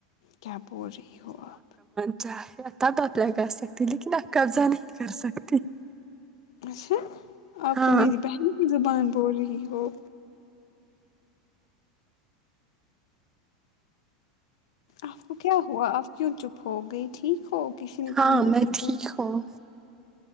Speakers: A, on the left (about 70°); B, on the right (about 20°).
A: کیا بول رہی ہو آپ
B: ا تب <unintelligible> آپ ل کرا سکتی لیکن آپ قبضہ نہیں کر سکتی
A: اچھا آپ
B: ہاں
A: تو میری بہن کی زبان بول رہی ہو آپ کو کیا ہوا آپ کیوں چپ ہو گئی ٹھیک ہو کسی نے کچھ
B: ہاں میں
A: کچھ
B: ٹھیک
A: بولا
B: ہوں